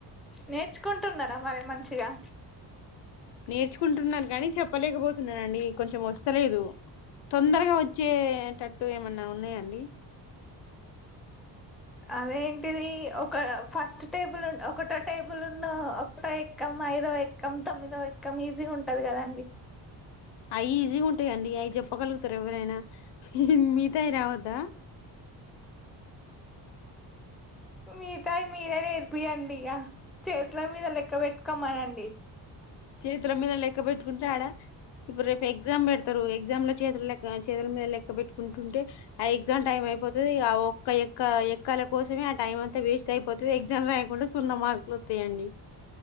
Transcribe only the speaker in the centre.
నేర్చుకుంటున్నారా మరి మంచిగా
అదేంటిది ఒక ఫస్ట్ టేబుల్ ఒకటో టేబుల్ ఉన్న ఒకటో ఎక్కం ఐదవ ఎక్కం తొమ్మిదవ ఎక్కం ఈజీగా ఉంటది కదాండి
మీిగతాయి మీరే నేర్పిియండి ఇక చేతిలో మీద లెక్క పెెట్టుకోమనండి